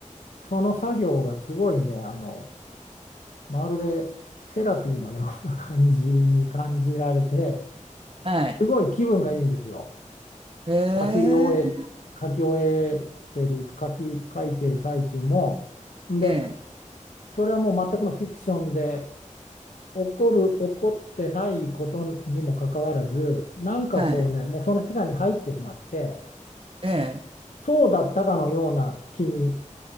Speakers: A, on the left (about 75°); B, on the right (about 40°).
A: その作業がすごいね、あのまるでセラピーのような感じに感じられて、
B: はい。
A: すごい気分がいいんですよ。
B: へえ、
A: 書き終え、書き終えてる、書き、書いてる最中も。んで、
B: ええ、
A: それはもう全くのフィクションで、起こる、起こってないことにもかかわらず、なんかこうね、
B: はい、
A: もうその世界に入ってしまって、
B: ええ、
A: そうだったかのような気に